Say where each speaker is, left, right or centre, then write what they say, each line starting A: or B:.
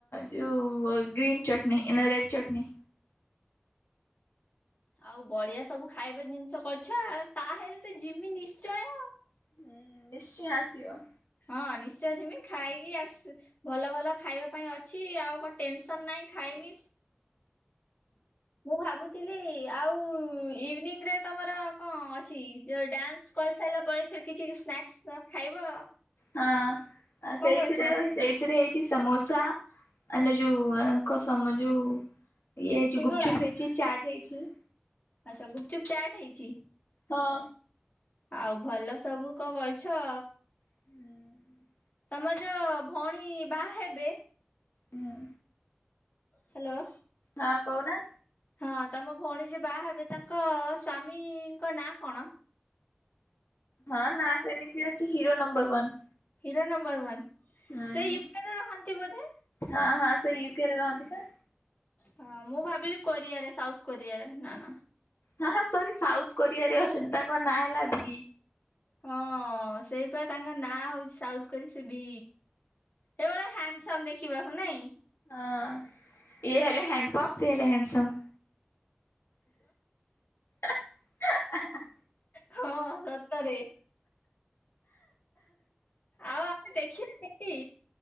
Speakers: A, on the left; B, on the left.
A: ଯୋଉ ଗ୍ରୀନ୍ ଚଟନି ନା ରେଡ଼ ଚଟନି।
B: ଆଉ ବଢ଼ିଆ ସବୁ ଖାଇବା ଜିନିଷ କରିଛ ତାହେଲେ ତ ଜିମି ନିଶ୍ଚୟ।
A: ହୁଁ ନିଶ୍ଚୟ ଆସିବ।
B: ହଁ ନିଶ୍ଚୟ ଯିମି ଖାଇକି ଆସି ଭଲ ଭଲ ଖାଇବା ପାଇଁ ଅଛି ଆଉ କଣ ଟେନସନ୍ ନାହିଁ ଖାଇମି। ମୁଁ ଭାବୁଥିଲି ଆଉ ଇଭିନିଙ୍ଗ୍ ରେ ତମର କଣ ଅଛି ଯୋଉ ଡ୍ୟାନ୍ସ କରିସାରିଲା ପରେ କିଛି ସ୍ନାକ୍ସ ଖାଇବ?
A: ହଁ
B: କଣ
A: ସେଇଥିରେ
B: କରିଛ
A: ସେଇ ସେଥିରେ ହେଇଛି ସମୋସା ଆଣ୍ଡ୍ ଯୋଉ କସମ ଯୋଉ ଇଏ ହେଇଛି
B: ସିଙ୍ଗଡା?
A: ଗୁପଚୁପ ହେଇଛି ଚାଟ୍ ହେଇଛି।
B: ଆଚ୍ଛା ଗୁପଚୁପ ଚାଟ୍ ହେଇଛି।
A: ହଁ।
B: ଆଉ ଭଲ ସବୁ କ କରୁଛ।
A: ହୁଁ।
B: ତମର ଯୋଉ ଭଉଣୀ ବାହା ହେବେ
A: ହୁଁ।
B: ହ୍ୟାଲୋ।
A: ହଁ କହୁନ।
B: ହଁ ତମ ଭଉଣୀ ଯେ ବାହା ହେବେ ତାଙ୍କ ସ୍ଵାମୀଙ୍କ ନାଁ କଣ?
A: ହଁ ନା ସେମିତି ଅଛି hero number one.
B: Hero number one
A: ହୁଁ
B: ସେ ୟୁକେରେ ରହନ୍ତି ବୋଧେ?
A: ହଁ ହଁ ସେ ୟୁକେରେ ରହନ୍ତି ପା।
B: ହଁ ମୁଁ ଭାବିଲି କୋରିଆ ରେ ସାଉଥ କୋରିଆ ନା ନା
A: ହଁ ହଁ ସରି ସାଉଥ କୋରିଆ ରେ ଅଛନ୍ତି ତାଙ୍କ ନାଁ ହେଲା ଭି।
B: ହଁ ସେଇପା ତାଙ୍କ ନାଁ ହଉଛି ସାଉଥ କୋ ସେ ବି। ଏ ଗଟେ ହ୍ୟାଣ୍ଡସମ୍ ଦେଖିବାକୁ ନାଇଁ।
A: ହଁ ଇଏ ହେଲେ ହ୍ୟାଣ୍ଡପମ୍ପ ସେ ହେଲେ ହ୍ୟାଣ୍ଡସମ୍। ଏ ଆ ହାଁ ହାଁ।
B: ହଁ ସତରେ। ଆଉ ଆମେ ଦେଖିବା କେନ୍ତି?